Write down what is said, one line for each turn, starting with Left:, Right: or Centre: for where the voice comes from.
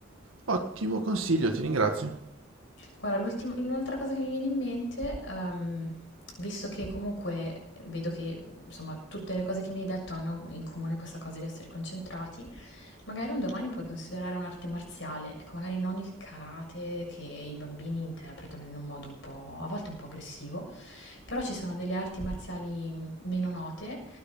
Right: Ottimo consiglio, ti ringrazio.
Left: Guarda, l'ultim- l'altra cosa che mi viene in mente, ehm, visto che comunque vedo che insomma tutte le cose che mi hai detto hanno in comune questa cosa di essere concentrati, magari un domani puoi considerare un'arte marziale, ecco, magari non il karate che i bambini interpretano in un modo un po', a volte un po' aggressivo, però ci sono delle arti marziali mh, meno note